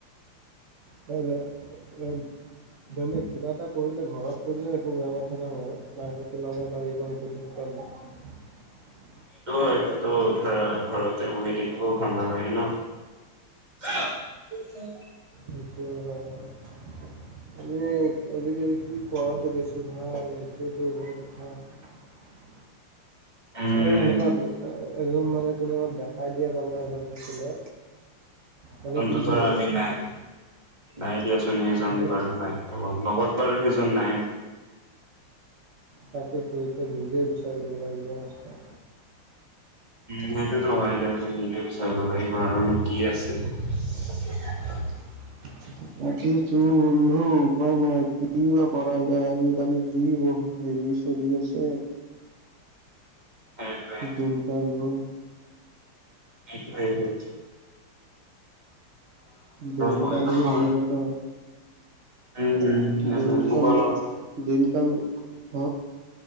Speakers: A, on the right (about 80°); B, on the right (about 20°).
A: তাইলৈ <unintelligible> বেলেগ কিবা এটা কৰিলে ঘৰত কৰিলে একো বেয়া কথা নাই বাৰু বাহিৰ ওলাব লাগিব সেইটো <unintelligible>
B: সেইটো হয় কিন্তু ধৰা ঘৰতে বহি থাকিবও ভাল নালাগে ন। <unintelligible>
A: সেইটো হয় বাৰু এনে আজিকালি কি কৰাটো বেছি ভাল সেইটোৱেটো মেন কথা <unintelligible>
B: উম
A: অ এনেকুৱা গ এজন মানে কোনোবা দেখাই দিয়া মানু্হ এজন থাকিলে মানে
B: অন্তটো
A: ইজি
B: ধৰা
A: হয়
B: আমি
A: বস্তুবোৰ
B: নাই নাই দিয়াচোন সেইজন
A: উম
B: বাৰু নাই লগত লগত বাৰু সেইজন নাই
A: তাকেতো এতিয়া নিজে বিচাৰিব লাগিব ৰাস্তা
B: উম সেইটোতো ভাবিলে নিজে বিচাৰিব লাগিব আৰু নো কি আছিল
A: <unintelligible> তাকে তো বন্ধু উপায় নাই কি বা কৰা যায় আজিকালি যি ব চলি আছে।
B: সেইটোৱে
A: দিনকালবোৰ।
B: এইটোয়েটো।
A: দিনকালবোৰ
B: মই ঘৰ
A: যাবকা
B: উম উম সেইটোৱে
A: দিন
B: মোক
A: কাল
B: অলপ
A: দিনকাল হ